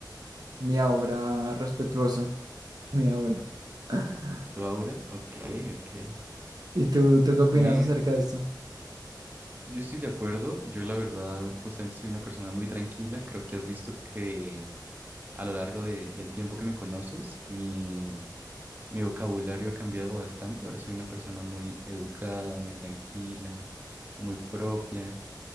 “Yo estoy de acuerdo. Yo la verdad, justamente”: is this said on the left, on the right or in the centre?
Right